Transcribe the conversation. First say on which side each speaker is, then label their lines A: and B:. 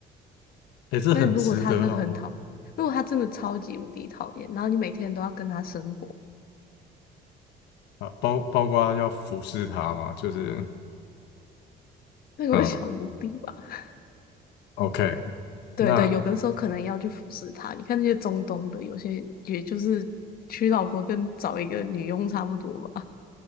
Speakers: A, on the left; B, on the left.
A: 诶，这很值得好吗？
B: 那如果他真的很讨，如果他真的超级无敌讨厌，然后你每天都要跟他生活，
A: 啊，包包括要服侍他嘛，就是。
B: 那个会小奴婢吧？
A: 嗯，
B: <laughs>
A: OK，
B: 对对，
A: 那
B: 有的时候可能要去服侍他。你看那些中东的，有些也就是娶老婆跟找一个女佣差不多吧。